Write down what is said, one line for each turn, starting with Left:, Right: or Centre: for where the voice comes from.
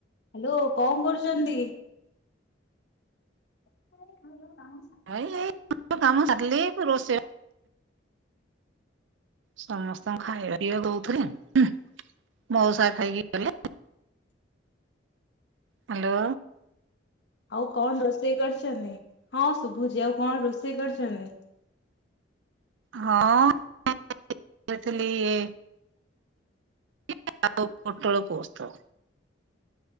Left: Hello କଣ କରୁଛନ୍ତି? <unintelligible>
Right: ଏ ଏଇ କାମ ସାରିଲି ରୋସେ ସମସ୍ତଙ୍କୁ ଖାଇବା ପିଇବା ଦଉଥିଲି ଉଃ ମଉସା ଖାଇକି ଗଲେ। ହ୍ୟାଲୋ।
Left: ଆଉ କଣ ରୋଷେଇ କରିଛନ୍ତି ହଁ ଶୁଭୁଜି ଆଉ କଣ ରୋଷେଇ କରିଛନ୍ତି?
Right: ହଁଥିଲି ଇ <unintelligible> ଆଉ ପୋଟଳ ପୋସ୍ତ।